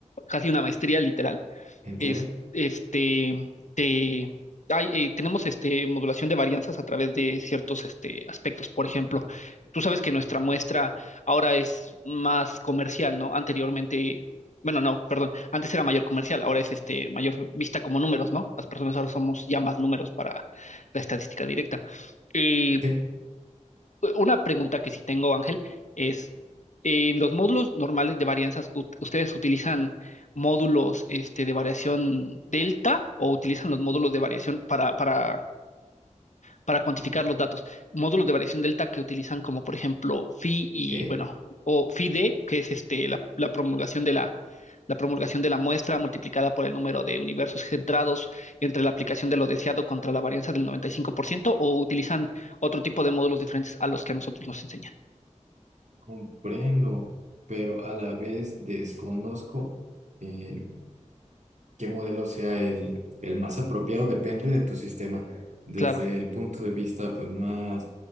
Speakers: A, on the left; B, on the right.
A: casi una maestría literal
B: ¿entiendo?
A: es- este, te- hay, eh, tenemos este, modulación de varianzas a través de ciertos este, aspectos. Por ejemplo, tú sabes que nuestra muestra ahora es más comercial, ¿no? Anteriormente, bueno, no, perdón, antes era mayor comercial, ahora es este, mayor vista como números, ¿no? Las personas ahora somos ya más números para la estadística directa. Eh,
B: Sí,
A: eh, Una pregunta que sí tengo, Ángel, es, eh, en los módulos normales de varianzas, ¿u- ¿ustedes utilizan módulos este, de variación delta o utilizan los módulos de variación para, para para cuantificar los datos. Módulos de variación delta que utilizan como, por ejemplo, phi y,
B: ok.
A: bueno, o phi d, que es este, la, la promulgación de la, la promulgación de la muestra multiplicada por el número de universos centrados entre la aplicación de lo deseado contra la varianza del 95%, o utilizan otro tipo de módulos diferentes a los que a nosotros nos enseñan.
B: Comprendo, pero a la vez desconozco eh, qué modelo sea el, el más apropiado depende de tu sistema. Desde
A: Claro.
B: el punto de vista pues más